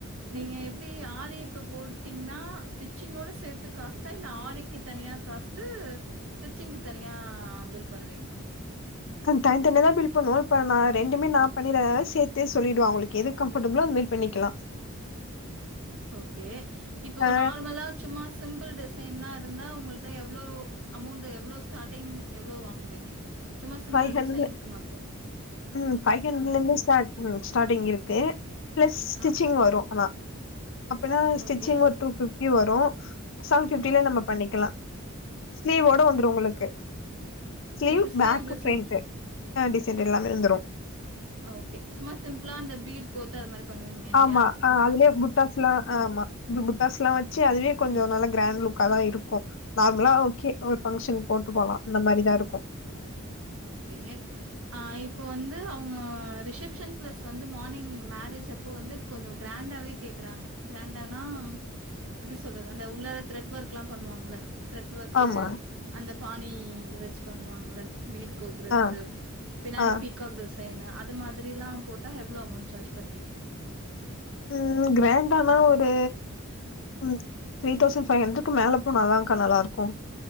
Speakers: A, on the right (about 65°); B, on the left (about 55°).
A: நீங்க எப்டி ஆரி இப்ப போட்டீங்ன்னா ஸ்டிச்சிங் ஓட சேத்து காஸ்டா இல்ல ஆரி கு தனியா காஸ்ட்டு ஸ்டிச்சிங்க்கு தனியா பில் பண்ணுவீங்ளா
B: அது தனி தனியா தா பில் பண்ணுவோ இப்ப நா ரெண்டுமே நா பண்ணிரதால சேத்தே சொல்லிடுவே அவங்களுக்கு எது கம்ஃபர்டபிளோ அந்த மாரி பண்ணிக்கலா
A: ஓகே இப்போ
B: ஆ
A: நார்மலா சும்மா சிம்பிள் டிசைன்னா இருந்தா உங்கள்ட எவ்ளோ அமௌண்ட் எவ்ளோ ஸ்டார்ட்டிங் எவ்ளோ வாங்குவீங்க சும்மா சிம்பிள்
B: ஃபைவ் ஹண்ட்ரட்ல
A: டிசைனுக்கு மட்
B: ம் ஃபைவ் ஹண்ட்ரட்ல இருந்தே ஸ்டார்ட் ம் ஸ்டார்டிங் இருக்கு பிளஸ் ஸ்டிச்சிங்
A: ஆ
B: வரு ஆனா அப்பின்னா ஸ்டிச்சிங்
A: ஓகே.
B: ஒரு டூ பிப்டி வரு செவன் பிப்டில
A: ம்.
B: நம்ம பண்ணிக்கலா ஸ்லீவோட வந்துரு உங்களுக்கு sleeve
A: with
B: back
A: design.
B: Front சேர் அ டிசைன்ட் எல்லாமே வந்துரு
A: ஓகே சும்மா சிம்பிளா இந்த பீட் கோத்து அது மாரி பண்ணுவீங்க இல்லையா?
B: ஆமா ஆ அதுலே புட்டாஸ்லா ஆமா இப்டி புட்டாஸ்லா வச்சு அதுவே கொஞ்சோ நல்லா கிராண்ட் லுக்கா தா இருக்கு நார்மலா ஓகே ஒரு பங்க்ஷன் போட்டு போலா அந்த மாரிதா இருக்கு
A: ஓகே ஆ இப்ப வந்து அவுங்க ரிசப்ஷன் ப்ளஸ் வந்து மார்னிங் மேரேஜ் அப் இப்போ வந்து கொஞ்சோ கிராண்டாவே கேக்குறாங்க கிராண்டானா எப்டி சொல்றது அந்த உள்ளார த்ரெட் ஒர்க்ல்லா பண்ணுவாங்கள்ள த்ரட் ஒர்க்கு
B: ஆமா
A: அந்த பாணி இது வச்சு பண்ணுவாங்கள பீட் கோக்குறது
B: ஆ
A: பின்னாடி
B: ஆ
A: பீக் காக் டிசைனு அது மாதிரிலா போட்டா எவ்ளோ அமௌண்ட் சார்ஜ் பண்ணுவீங்க
B: ம் கிராண்டானா ஒரு ம் த்ரீ தௌசண்ட் ஃபைவ் ஹண்ட்ரட்க்கு மேல போனாதாக்க நல்லா இருக்கு